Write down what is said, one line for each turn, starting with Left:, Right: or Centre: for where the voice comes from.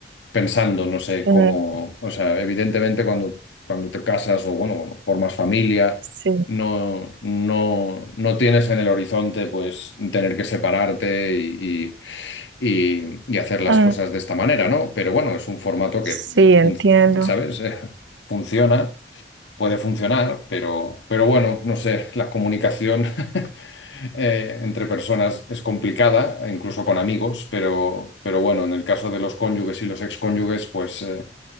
Left: pensando, no sé
Right: Mm,
Left: cómo, o sea, evidentemente cuando, cuando te casas o bueno, cuando formas familia,
Right: sí,
Left: no, no, no tienes en el horizonte pues tener que separarte y, y, y- y hacer las
Right: mm,
Left: cosas de esta manera, ¿no? Pero bueno, es un formato
Right: sí,
Left: que,
Right: entiendo.
Left: fun- ¿sabes? <laughs> funciona, puede funcionar, pero, pero bueno, no sé, la comunicación. <laughs> eh, entre personas es complicada, incluso con amigos, pero, pero bueno, en el caso de los cónyuges y los excónyuges, pues eh,